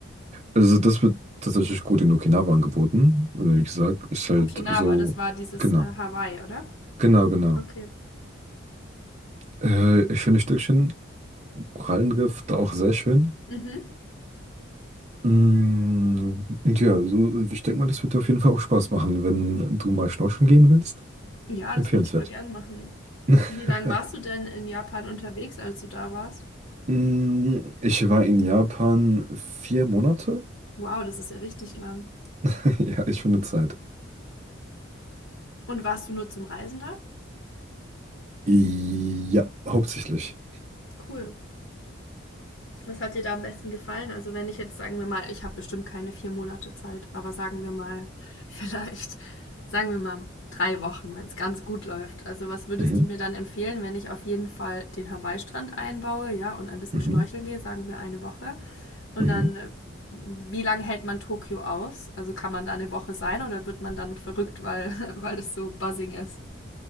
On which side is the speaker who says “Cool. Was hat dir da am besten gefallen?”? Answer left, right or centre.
Left